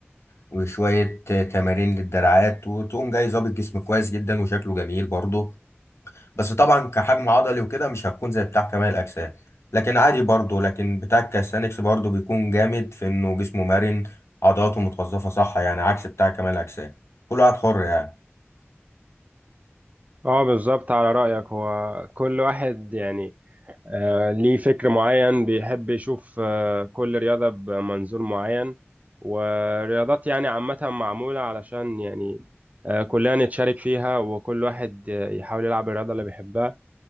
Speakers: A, on the left (about 75°); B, on the right (about 35°).
A: وشويه آه، تمارين للدراعات وتقوم جاي ظابط جسم كويس جدا وشكله جميل برضه بس طبعا كحجم عضلي وكده مش هتكون زي بتاع كمال الاجسام لكن عادي برضه لكن بتاع الكاليستانكس برضه بيكون جامد في انه جسمه مرن عضلاته متوظفه صح يعني عكس بتاع كمال الاجسام كل واحد حر يعني
B: اه بالظبط على رايك هو كل واحد يعني آه، ليه فكر معين بيحب يشوف آه، كل رياضة بمنظور معين ورياضات يعني عامة معمولة علشان يعني آه، كلنا نتشارك فيها وكل واحد آه، يحاول يلعب الرياضة اللي بيحبها